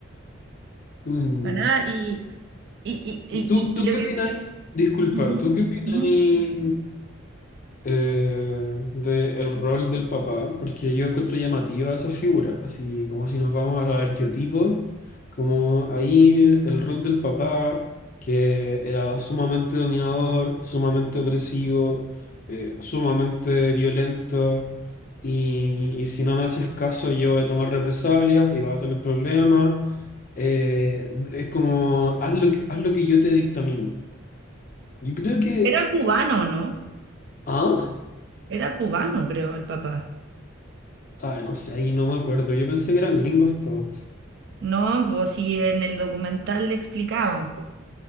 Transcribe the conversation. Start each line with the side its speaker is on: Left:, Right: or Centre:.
Left: mm.
Right: para nada. Y, y, y, y,
Left: ¿Tú, tú
Right: y- y lo
Left: qué
Right: que...
Left: opináis? Disculpa,
Right: Ujú,
Left: ¿tú qué opináis?
Right: ujú.
Left: eh, de el rol del papá, porque yo encuentro llamativa esa figura, así como si nos vamos a los arqueotipos, como ahí el rol del papá, que era sumamente dominador, sumamente opresivo, eh, sumamente violento, y, y si no me haces caso yo voy a tomar represalias y vas a tener problemas. Eh, es como, haz lo que, haz lo que yo te dictamino. Yo creo que...
Right: Era cubano, ¿no?
Left: ¿Ah?
Right: Era cubano, creo, el papá.
Left: Ay, no sé, ahí no me acuerdo. Yo pensé que eran gringos todos.
Right: No, pues si en el documental le explicaban, pues.